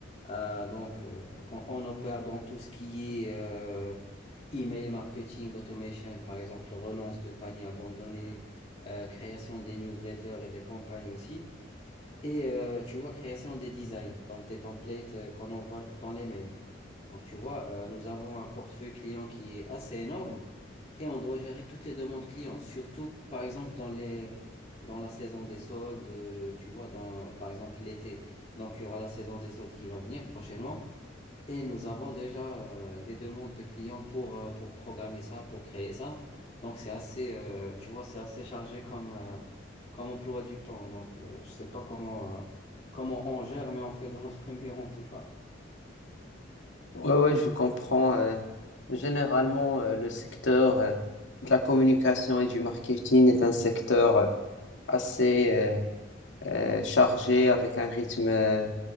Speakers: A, on the left (about 35°); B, on the left (about 70°).
A: euh, donc euh, on, on opère dans tout ce qui est euh, email marketing, automation, par exemple, relance de paniers abandonnés, euh, création des newsletters et des campagnes aussi. Et euh, tu vois, création des designs, donc des templates euh, qu'on envoie dans les mails. Donc tu vois, euh, nous avons un portefeuille client qui est assez énorme et on doit gérer toutes les demandes clients, surtout par exemple dans les, dans la saison des soldes, euh, tu vois, dans, par exemple l'été. Donc il y aura la saison des soldes qui va venir prochainement. Et nous avons déjà euh, des demandes de clients pour, euh, pour programmer ça, pour créer ça. Donc c'est assez, euh, tu vois, c'est assez chargé comme, euh, comme emploi du temps. Donc euh, je sais pas comment, euh, comment on gère, mais on fait de notre <laughs> mieux en tout cas.
B: Ouais, ouais, je comprends. euh, généralement, euh, le secteur euh, de la communication et du marketing est un secteur euh, assez euh, euh, chargé avec un rythme euh,